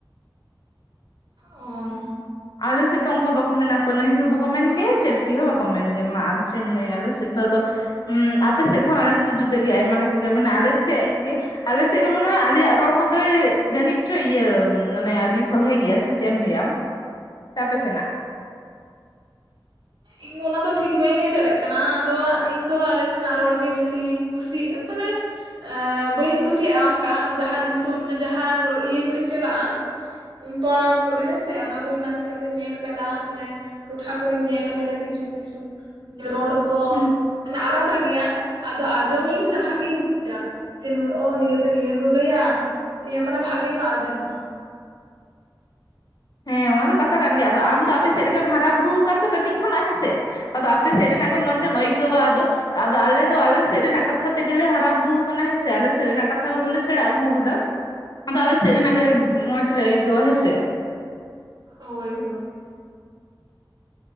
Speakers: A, on the right; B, on the left.
A: ᱚ
B: ᱟᱞᱮ ᱥᱮᱜ ᱫᱚ ᱚᱝᱠᱟ ᱵᱟᱠᱚ ᱢᱮᱱᱟ ᱯᱟᱹᱱᱟᱹᱦᱤ ᱦᱚᱸ ᱵᱟᱠᱚ ᱢᱮᱱ ᱜᱮᱭᱟ ᱪᱟᱹᱴᱠᱤ ᱦᱚᱸ ᱵᱟᱠᱚ ᱢᱮᱱ ᱜᱮᱭᱟ, ᱢᱟ ᱟᱫᱚ ᱪᱮᱜ ᱮᱢ ᱞᱟᱹᱭᱟ ᱟᱞᱮ ᱥᱮᱜ ᱫᱚ ᱟᱫᱚ ᱩᱸ ᱟᱯᱮ ᱥᱮᱜ ᱠᱷᱚᱱ ᱟᱞᱮ ᱥᱮᱜ ᱫᱚ ᱡᱩᱫᱟᱹ ᱜᱮᱭᱟ ᱟᱭᱢᱟ ᱞᱮᱠᱟ ᱜᱮ, ᱢᱟᱱᱮ ᱟᱞᱮ ᱥᱮᱜ ᱜᱮ ᱟᱞᱮ ᱥᱮᱜ ᱜᱮ ᱱᱮ ᱟᱞᱮᱭᱟᱜ ᱨᱚᱲ ᱠᱚᱜᱮ ᱡᱟᱹᱱᱤᱡ ᱪᱚ ᱤᱭᱟᱹ ᱢᱟᱱᱮ ᱟᱹᱰᱤ ᱥᱚᱞᱦᱮ ᱜᱮᱭᱟ ᱥᱮ ᱪᱮᱜ ᱮᱢ ᱞᱟᱹᱭᱟ ᱟᱢ? ᱛᱟᱯᱮ ᱥᱮᱱᱟᱜ
A: ᱤᱝ ᱚᱱᱟ ᱫᱚ ᱴᱷᱤᱠ ᱵᱟᱹᱧ ᱞᱟᱹᱭ ᱫᱟᱲᱮᱜ ᱠᱟᱱᱟ ᱟᱫᱚ ᱤᱧ ᱫᱚ ᱟᱞᱮ ᱥᱮᱱᱟᱜ ᱨᱚᱲ ᱜᱮ‌ ᱵᱮᱥᱤᱧ ᱠᱩᱥᱤᱟᱜ ᱢᱟᱱᱮ ᱮ ᱵᱟᱹᱧ ᱠᱩᱥᱤᱭᱟᱜᱼᱟ ᱚᱝᱠᱟ ᱡᱟᱦᱟᱸ ᱫᱤᱥᱚᱢ ᱡᱟᱦᱟᱸ ᱤᱭᱟᱹ ᱠᱚᱨᱮᱧ ᱪᱟᱞᱟᱜᱼᱟ ᱯᱚᱱᱚᱛ ᱠᱚᱨᱮ ᱦᱮᱸᱥᱮ ᱚᱱᱟ ᱠᱚᱨᱮ ᱱᱟᱥᱮᱱᱟᱜ ᱫᱚᱧ ᱧᱮᱞ‌ ᱠᱟᱫᱟ ᱢᱟᱱᱮ ᱴᱚᱴᱷᱟ ᱠᱚᱨᱮᱧ ᱧᱮᱞ ᱠᱟᱫᱟ ᱠᱤᱪᱷᱩ ᱠᱤᱪᱷᱩ ᱡᱮ ᱨᱚᱲ ᱠᱚ
B: ᱦᱩᱸ
A: ᱢᱟᱱᱮ ᱟᱞᱟᱫᱟ ᱜᱮᱭᱟ᱾ ᱟᱫᱚ ᱟᱸᱡᱚᱢᱤᱧ ᱥᱮ ᱵᱷᱟᱜᱤᱧ ᱵᱩᱡᱟ ᱡᱮ ᱚ ᱱᱤᱭᱟᱹ ᱫᱚ ᱱᱤᱭᱟᱹ ᱠᱚ ᱞᱟᱹᱭᱟ᱾ ᱤᱭᱟᱹ ᱢᱟᱱᱮ ᱵᱷᱟᱜᱮ ᱧᱚᱜ ᱟᱸᱡᱚᱢᱚᱜᱼᱟ᱾
B: ᱦᱮᱸ ᱚᱱᱟ ᱫᱚ ᱠᱟᱛᱷᱟ ᱠᱟᱱ ᱜᱮᱭᱟ ᱟᱫᱚ ᱟᱢ ᱫᱚ ᱟᱯᱮ ᱥᱮᱜ ᱨᱮᱜᱮᱢ ᱦᱟᱨᱟ ᱵᱩᱨᱩ ᱟᱠᱟᱱ ᱫᱚ ᱠᱟᱹᱴᱤᱡ ᱠᱷᱚᱱᱟᱜ ᱦᱮᱸᱥᱮ᱾ ᱟᱫᱚ ᱟᱯᱮ
A: ᱦᱳᱭ
B: ᱥᱮᱜ ᱨᱮᱱᱟᱜ ᱜᱮ ᱢᱚᱸᱪᱮᱢ ᱚᱭᱠᱟᱹᱣᱟ ᱟᱫᱚ ᱟᱫᱚ ᱟᱞᱮ ᱫᱚ ᱟᱞᱮ ᱥᱮᱜ ᱨᱮᱱᱟᱜ ᱠᱟᱛᱷᱟ ᱛᱮᱜᱮᱞᱮ ᱦᱟᱨᱟ ᱵᱩᱨᱩᱣ ᱠᱟᱱᱟ ᱦᱮᱸᱥᱮ ᱟᱞᱮᱥᱮᱜ ᱨᱮᱱᱟᱜ ᱠᱟᱛᱷᱟ ᱠᱚᱜᱮᱞᱮ ᱥᱮᱬᱟ ᱟᱹᱜᱩᱣ ᱠᱟᱫᱟ᱾ ᱟᱫᱚ ᱟᱞᱮ ᱥᱮᱜ ᱨᱮᱱᱟᱜ ᱜᱮ ᱢᱚᱡᱽ ᱞᱮ ᱮᱭᱠᱟᱹᱣᱟ ᱦᱮᱸᱥᱮ᱾
A: ᱦᱳᱭ ᱦᱳᱭ